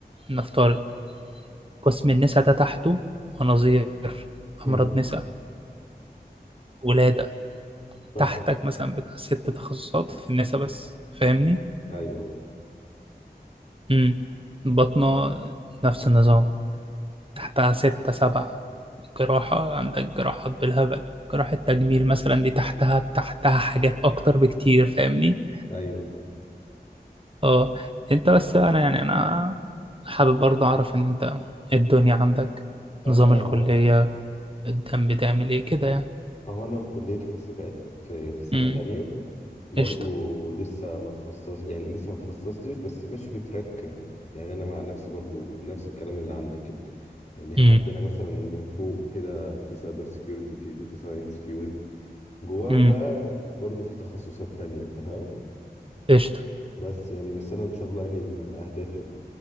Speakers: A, on the right; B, on the left.
A: نفترض قسم النساء ده تحته مناظير
B: امم
A: أمراض نساء ولادة
B: فاهم
A: تحتك مثلا بتاع ست تخصصات في النساء بس فاهمني؟
B: ايوه
A: امم بطنة نفس النظام تحتها ستة سبعة جراحة عندك جراحات بالهبل جراحة تجميل مثلا دي تحتها تحتها حاجات أكتر بكتير فاهمني؟
B: ايوه فاهم
A: اه انت بس بقى انا يعني انا حابب برضه اعرف ان انت إيه الدنيا عندك
B: انا
A: نظام الكلية الدم بتعمل ايه كده يعني
B: اهو انا في كليه حاسبات في في سنه
A: امم
B: تانية برضو
A: قشطة
B: لسه ما تخصص يعني لسه ما تخصصتش بس ماشي في تراك يعني انا مع نفسي برضو نفس الكلام اللي عندك كده يعني احنا
A: امم
B: عندنا مثلا من فوق كده في سايبر سيكيورتي في داتا ساينس في ويب جواهم
A: امم
B: بقى برضو في تخصصات تانية انت فاهم
A: قشطة
B: بس يعني بس انا ان شاء الله يعني من اهدافي